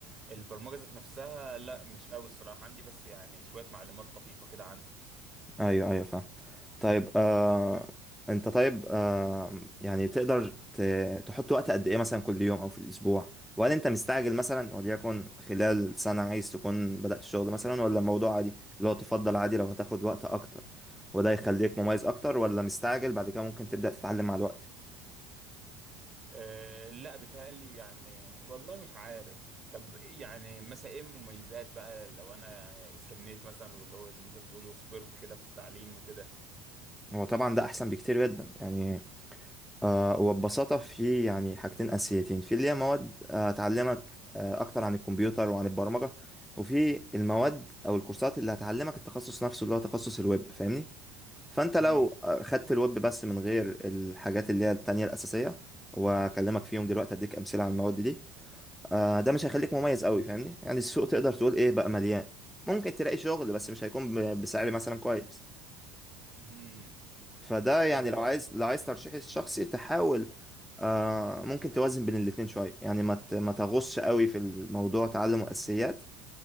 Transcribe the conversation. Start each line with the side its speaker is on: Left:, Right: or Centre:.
Right: البرمجه ذات نفسها لا مش قوي الصراحه عندي بس يعني شويه معلومات طفيفه كده عنها
Centre: ايوه ايوه فاهم طيب آه انت طيب آه يعني تقدر ت... تحط وقت قد ايه مثلا كل يوم او في الاسبوع وهل انت مستعجل مثلا وليكن خلال سنة عايز تكون بدأت الشغل مثلا ولا الموضوع عادي اللي هو تفضل عادي لو هتاخد وقت اكتر وده يخليك مميز اكتر ولا مستعجل بعد كده ممكن تبدأ تتعلم مع الوقت
Right: أه لا بتهيألي يعني والله مش عارف طب إيه يعني مثلا ايه المميزات بقى لو انا استنيت مثلا واللي هو زي ما انت بتقول وصبرت كده في التعليم وكده
Centre: هو طبعا ده احسن بكتير جدا يعني آه، وببساطة في يعني حاجتين أساسيتين في اللي هي مواد آه، تعلمك آه، أكتر عن الكمبيوتر وعن البرمجة وفي المواد أو الكورسات اللي هتعلمك التخصص نفسه اللي هو تخصص الويب فاهمني فأنت
Right: امم
Centre: لو آه، خدت الويب بس من غير الحاجات اللي هي التانية الأساسية وأكلمك فيهم دلوقتي أديك أمثلة على المواد دي آه،
Right: ايوه
Centre: ده مش هيخليك مميز قوي فاهمني يعني السوق تقدر تقول إيه بقى مليان ممكن تلاقي شغل بس مش هيكون ب- بسعر مثلا كويس
Right: مم.
Centre: فده يعني
Right: طب هو
Centre: لو عايز لو عايز ترشيحي الشخصي تحاول آه ممكن توازن بين الاتنين شوية يعني ما ت- ما تغوصش قوي في الموضوع تعلم أساسيات